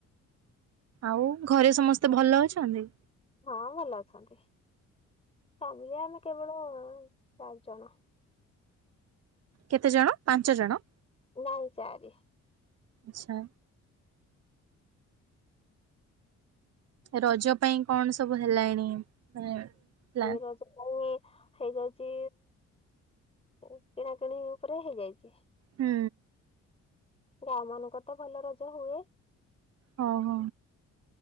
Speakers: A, on the right; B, on the left.
A: ଆଉ ଘରେ ସମସ୍ତେ ଭଲ ଅଛନ୍ତି?
B: ହଁ ଭଲ ଅଛନ୍ତି ତାପରେ ଆମେ କେବଳ ଚାରି ଜଣ।
A: କେତେ ଜଣ ପାଞ୍ଚ ଜଣ।
B: ନାଇଁ ଚାରି।
A: ଆଛା। ରଜ ପାଇଁ କଣ ସବୁ ହେଲାଣି? ମାନେ ପ୍ଲାନ୍
B: ରଜ ପାଇଁ ହେଇଯାଇଛି କିଣାକିଣି ଉପରେ ହେଇଯାଇଛି।
A: ହୁଁ।
B: ଗାଁ ମାନଙ୍କରେ ତ ଭଲ ରଜ ହୁଏ।
A: ହଁ ହଁ।